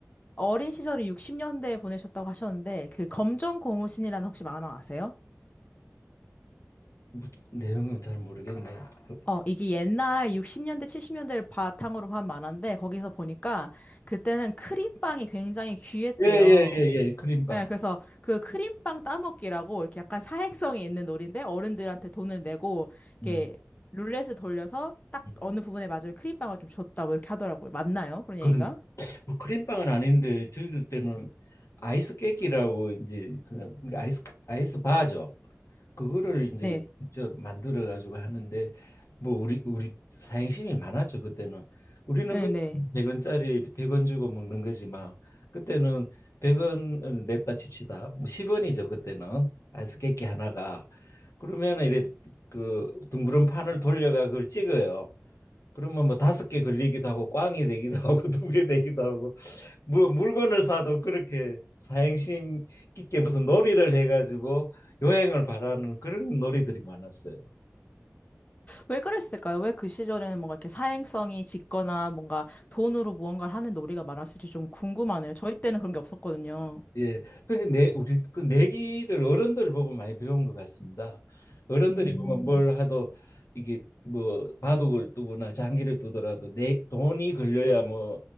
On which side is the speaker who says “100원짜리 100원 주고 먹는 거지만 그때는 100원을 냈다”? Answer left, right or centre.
Left